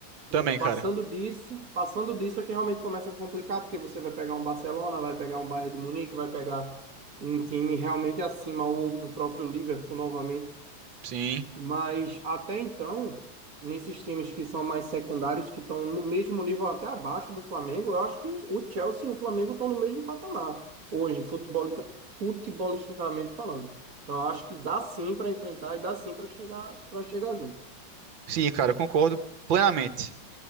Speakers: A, on the right; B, on the right.
A: Né?
B: também,
A: Passando
B: cara.
A: disso, passando disso é que realmente começa a complicar, porque você vai pegar um Barcelona, vai pegar um Bayern de Munique, vai pegar um time realmente acima, ou um próprio Liverpool novamente.
B: Sim.
A: Mas até então, nesses times que são mais secundários, que estão no mesmo nível até abaixo do Flamengo, eu acho que o Chelsea e o Flamengo estão no mesmo patamar hoje, futebol, futebolisticamente falando. Então, eu acho que dá sim para enfrentar e dá sim para chegar, para chegar junto.
B: Sim, cara, eu concordo plenamente.